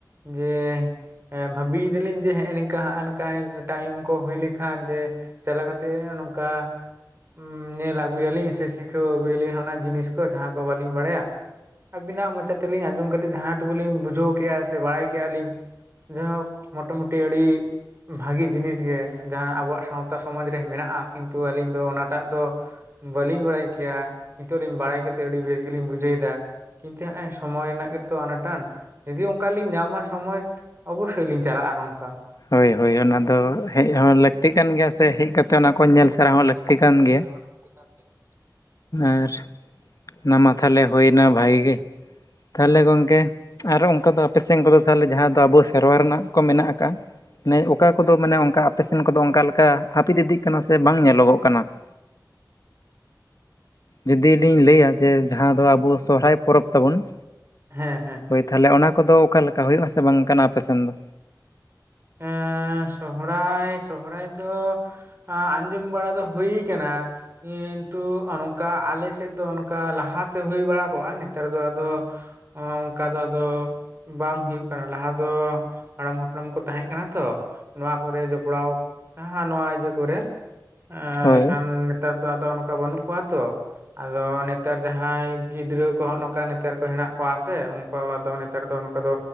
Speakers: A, on the right (about 35°); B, on the left (about 50°).
A: ᱡᱮ ᱵᱷᱟᱹᱵᱤᱭ ᱮᱫᱟᱞᱤᱧ ᱡᱮ ᱦᱮᱸᱼᱮ ᱱᱚᱝᱠᱟ ᱦᱟᱜ ᱱᱚᱝᱠᱟ ᱴᱟᱭᱤᱢ ᱠᱚ ᱦᱩᱭ ᱞᱮᱠᱷᱟᱱ ᱡᱮ ᱪᱟᱞᱟᱣ ᱠᱟᱛᱮᱫ ᱱᱚᱝᱠᱟ ᱦᱩᱸ ᱧᱮᱞ ᱟᱹᱜᱩᱭᱟᱞᱤᱧ ᱥᱮ ᱥᱤᱠᱷᱟᱹᱣ ᱟᱹᱜᱩᱭᱟᱞᱤᱧ ᱚᱱᱟ ᱡᱤᱱᱤᱥ ᱠᱚ ᱡᱟᱦᱟᱸ ᱠᱚ ᱵᱟᱹᱞᱤᱧ ᱵᱟᱲᱟᱭᱟ ᱾ ᱟᱹᱵᱤᱱᱟᱜ ᱢᱚᱪᱟ ᱛᱮᱞᱤᱧ ᱟᱸᱡᱚᱢ ᱠᱟᱛᱮᱫ ᱡᱟᱦᱟᱸ ᱴᱩᱠᱩ ᱞᱤᱧ ᱵᱩᱡᱷᱟᱹᱣ ᱠᱮᱜᱼᱟ ᱥᱮ ᱵᱟᱲᱟᱭ ᱠᱮᱜᱼᱟ ᱞᱤᱧ ᱡᱟᱭᱦᱳᱠ ᱢᱚᱴᱟᱢᱩᱴᱤ ᱟᱹᱰᱤ ᱵᱷᱟᱹᱜᱤ ᱡᱤᱱᱤᱥ ᱜᱮ ᱡᱟᱦᱟᱸ ᱟᱵᱚᱣᱟᱜ ᱥᱟᱶᱛᱟ ᱥᱚᱢᱟᱡᱽ ᱨᱮ ᱢᱮᱱᱟᱜᱼᱟ ᱠᱤᱱᱛᱩ ᱟᱹᱞᱤᱧ ᱫᱚ ᱚᱱᱟᱴᱟᱜ ᱫᱚ ᱵᱟᱹᱞᱤᱧ ᱵᱟᱲᱟᱭ ᱠᱮᱭᱟ, ᱱᱤᱛᱚᱜ ᱞᱤᱧ ᱵᱟᱲᱟᱭ ᱠᱟᱛᱮᱫ ᱟᱹᱰᱤ ᱵᱮᱥ ᱜᱮᱞᱤᱧ ᱵᱩᱡᱷᱟᱹᱣ ᱮᱫᱟ ᱾ ᱠᱤᱱᱛᱩ ᱦᱟᱸᱜ ᱥᱚᱢᱚᱭ ᱨᱮᱱᱟᱜ ᱜᱮᱛᱚ ᱟᱱᱟ ᱴᱟᱱ, ᱡᱩᱫᱤ ᱚᱱᱠᱟ ᱞᱤᱧ ᱧᱟᱢᱟ ᱥᱚᱢᱚᱭ ᱚᱵᱚᱥᱥᱳᱭ ᱞᱤᱧ ᱪᱟᱞᱟᱜᱼᱟ ᱱᱚᱝᱠᱟ ᱾
B: ᱦᱳᱭ ᱦᱳᱭ ᱚᱱᱟ
A: <unintelligible>
B: ᱫᱚ ᱦᱮᱡ ᱦᱚᱸ ᱞᱟᱹᱠᱛᱤ ᱠᱟᱱ ᱜᱮᱭᱟ ᱥᱮ ᱦᱮᱡ ᱠᱟᱛᱮᱫ ᱚᱱᱟ ᱠᱚ ᱧᱮᱞ ᱥᱮᱬᱟ ᱦᱚᱸ ᱞᱟᱹᱠᱛᱤ ᱠᱟᱱ
A: ᱧᱮᱞ
B: ᱜᱮᱭᱟ
A: ᱥᱟᱨᱦᱟᱣ ᱞᱟᱜᱤᱫ ᱾ <unintelligible> ᱜᱮᱭᱟ ᱾
B: ᱟᱨ ᱚᱱᱟ ᱢᱟ ᱛᱟᱦᱞᱮ ᱦᱩᱭᱱᱟ ᱵᱷᱟᱜᱤ ᱜᱮ ᱛᱟᱦᱞᱮ ᱜᱚᱝᱠᱮᱼᱼ ᱟᱨ ᱚᱱᱠᱟ ᱫᱚ ᱟᱯᱮ ᱥᱮᱱ ᱠᱚᱫᱚ ᱛᱟᱦᱚᱞᱮ ᱡᱟᱦᱟᱸ ᱫᱚ ᱟᱵᱚ ᱥᱮᱨᱣᱟ ᱨᱮᱱᱟᱜ ᱠᱚ ᱢᱮᱱᱟᱜ ᱟᱠᱟᱜᱼᱟ? ᱮ ᱚᱠᱟ ᱠᱚᱫᱚ ᱢᱟᱱᱮ ᱚᱱᱠᱟ ᱟᱯᱮ ᱥᱮᱱ ᱠᱚᱫᱚ ᱚᱱᱠᱟ ᱞᱮᱠᱟ, ᱦᱟᱹᱯᱤᱫ ᱤᱫᱤᱜ ᱠᱟᱱᱟ ᱥᱮ ᱵᱟᱝ ᱧᱮᱞᱚᱜᱚᱜ ᱠᱟᱱᱟ ᱾
A: <inaudible>
B: ᱡᱩᱫᱤ ᱞᱤᱧ ᱞᱟᱹᱭᱟ ᱡᱮ ᱡᱟᱦᱟᱸ ᱫᱚ ᱟᱵᱚ ᱥᱚᱦᱚᱨᱟᱭ ᱯᱚᱨᱚᱵᱽ ᱛᱟᱵᱚᱱ ᱾
A: ᱦᱮᱸ ᱦᱮᱸ ᱾
B: ᱦᱳᱭ ᱛᱟᱦᱚᱞᱮ, ᱚᱱᱟ ᱠᱚᱫᱚ ᱚᱠᱟ ᱞᱮᱠᱟ ᱦᱩᱭᱩᱜ ᱟᱥᱮ ᱵᱟᱝ ᱚᱝᱠᱟᱱᱟ ᱟᱯᱮᱥᱮᱱ ᱫᱚ?
A: ᱮᱸᱻ ᱥᱚᱦᱨᱟᱭ ᱥᱚᱦᱨᱟᱭ ᱫᱚ ᱟ ᱟᱸᱡᱚᱢ ᱵᱟᱲᱟ ᱫᱚ ᱦᱩᱭ ᱠᱟᱱᱟ ᱾ ᱠᱤᱱᱛᱩ ᱚᱱᱠᱟ ᱟᱞᱮ ᱥᱮᱫ ᱫᱚ ᱚᱱᱠᱟ ᱞᱟᱦᱟᱛᱮ ᱦᱩᱭ ᱵᱟᱲᱟ ᱠᱚᱜᱼᱟ, ᱱᱮᱛᱟᱨ ᱫᱚ ᱟᱫᱚ ᱚᱱᱠᱟ ᱫᱚ ᱟᱫᱚ ᱵᱟᱝ ᱦᱩᱭᱩᱜ ᱠᱟᱱᱟ ᱾ ᱞᱟᱦᱟ ᱫᱚ ᱦᱟᱲᱟᱢ ᱦᱟᱯᱲᱟᱢ ᱠᱚ ᱛᱟᱦᱮᱸ ᱠᱟᱱᱟ ᱛᱚ, ᱱᱚᱣᱟ ᱠᱚᱨᱮ ᱡᱚᱯᱲᱟᱣ ᱡᱟᱦᱟᱸ ᱱᱚᱣᱟ ᱤᱭᱟᱹ ᱠᱚᱨᱮᱼᱼ ᱮ
B: ᱦᱳᱭ
A: ᱮᱱᱠᱷᱟᱱ ᱱᱮᱛᱟᱨ ᱫᱚ ᱟᱫᱚ ᱚᱱᱠᱟ ᱵᱟᱹᱱᱩᱜ ᱠᱚᱣᱟ ᱛᱚ᱾ ᱟᱫᱚ ᱱᱮᱛᱟᱨ ᱡᱟᱦᱟᱸᱭ ᱜᱤᱫᱽᱨᱟᱹ ᱠᱚ ᱦᱚᱜᱼᱚ ᱱᱚᱝᱠᱟ ᱱᱮᱛᱟᱨ ᱠᱚ ᱦᱮᱱᱟᱜ ᱠᱚᱣᱟ ᱥᱮ ᱩᱱᱠᱩ ᱟᱫᱚᱼᱼ ᱱᱮᱛᱟᱨ ᱫᱚ ᱚᱱᱠᱟ ᱫᱚ